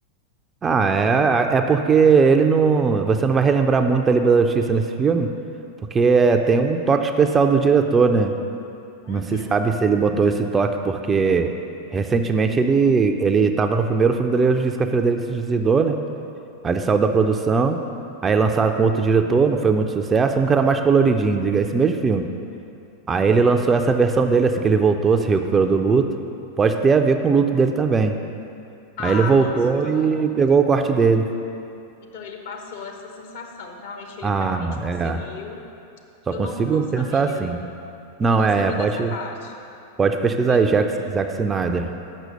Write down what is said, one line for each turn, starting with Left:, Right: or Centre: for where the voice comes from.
Right: Ah, é, é porque ele não. Você não vai relembrar muito da Liga da Justiça nesse filme, porque é, tem um toque especial do diretor, né?
Left: Uhum.
Right: Não se sabe se ele botou esse toque porque recentemente ele ele estava no primeiro filme da Liga da Justiça que a filha dele se suicidou, né? Aí ele saiu da produção, aí lançaram com outro diretor, não foi muito sucesso, um que era mais coloridinho, diga, esse mesmo filme. Aí ele lançou essa versão dele, assim que ele voltou, se recuperou do luto. Pode ter a ver com o luto dele também.
Left: Ah,
Right: Aí ele voltou
Left: nossa, então,
Right: e pegou o corte dele.
Left: então ele passou essa sensação. Realmente, ele
Right: Ah,
Left: realmente conseguiu.
Right: é. Só
Left: Eu
Right: consigo
Left: não, não sabia.
Right: pensar assim. Não,
Left: Eu não
Right: é,
Left: sabia
Right: é, pode,
Left: dessa parte.
Right: pode pesquisar
Left: Foi
Right: aí, Jack, Zack Snyder.